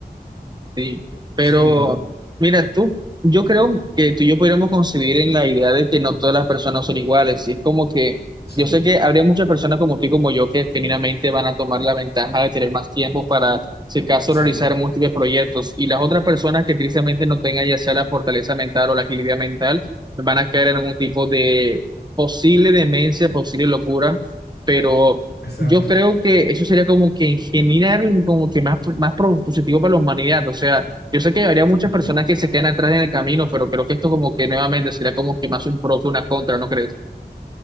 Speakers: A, on the right; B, on the left.
A: Sí, pero
B: Sí,
A: mira tú, yo creo que tú y yo podríamos coincidir en la idea de que no todas las personas son iguales. Y es como que
B: sí,
A: yo sé que habría muchas personas como tú y como yo que genuinamente van a tomar la ventaja de tener más tiempo para, si acaso,
B: sí,
A: realizar múltiples proyectos. Y las otras personas que tristemente no tengan ya sea la fortaleza mental o la agilidad mental, van a caer en algún tipo de posible demencia, posible locura. Pero
B: exacto,
A: yo creo que eso sería como que en general, como que más, más pro- positivo para la humanidad. O sea, yo sé que habría muchas
B: ya.
A: personas que se quedan atrás en el camino, pero creo que esto como que nuevamente sería como que más un pro que una contra, ¿no crees?